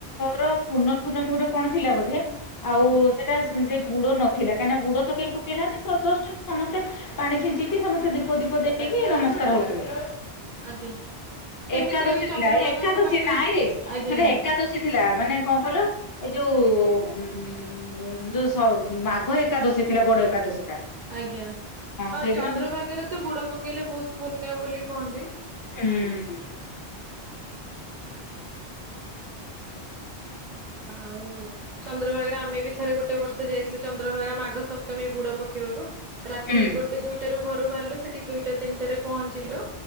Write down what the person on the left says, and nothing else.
ର ପୂର୍ନ ପୂଣ୍ଣମ ଗୋଟେ କଣ ଥିଲା ବୋଧେ ଆଉ
ସେଟା ସେଇ ବୁଡ ନଥିଲା କାହିଁକି ବୁଡ ତ କେହି ପକେଇ ନାହାନ୍ତି ଯଷ୍ଟ ସମସ୍ତେ ପାଣି ଛିଞ୍ଚିକି ସମସ୍ତେ ଦୀପ ଦୀପ ଦେଇ କି ନମସ୍କାର ହଉଥିଲେ।
ଏକାଦଶୀ
ଥିଲା ଏକାଦଶୀ
ନାଇଁ ରେ ସେଟା
ଏକାଦଶୀ ଥିଲା ମାନେ କଣ କହିଲୁ। ଏଇ ଯୋଉଁ ଯୋଉଁ ମାଘ ଏକାଦଶୀ ଥିଲା ବଡ ଏକାଦଶୀ ଟା।
ସେଇଦିନ
ବି
ଉଁ। ହୁଁ।
ହୁଁ